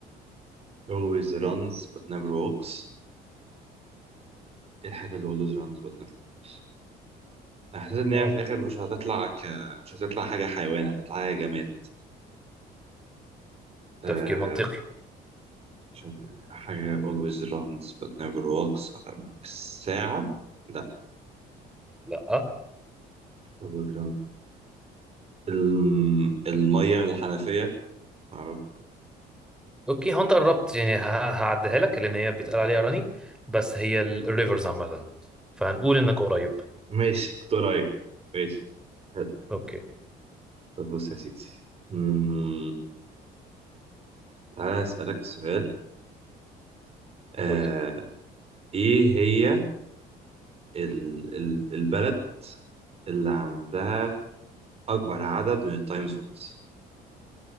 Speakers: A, on the right; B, in the centre.
A: always runs but never walks ايه الحاجه اللي always runs but never walks انا حسيت ان هي
B: مم.
A: في الاخر مش هتطلع ك... مش هتطلع حاجه حيوان هتطلع حاجه جماد آه...
B: تفكير منطقي
A: عشان حاجه always runs but never walks الساعه لا
B: لا
A: always runs الم... الميه من الحنفيه معرفش
B: اوكي هو انت قربت يعني ه- هعديها لك لان هي بيتقال عليها راني بس هي الريفرز عامه فهنقول انك قريب
A: ماشي كنت قريب ماشي حلو.
B: اوكي
A: طب بص يا سيدي مم، تعالى أسألك سؤال آه،
B: قول لي
A: إيه هي ال- ال- البلد اللي عندها أكبر عدد من التايم زونز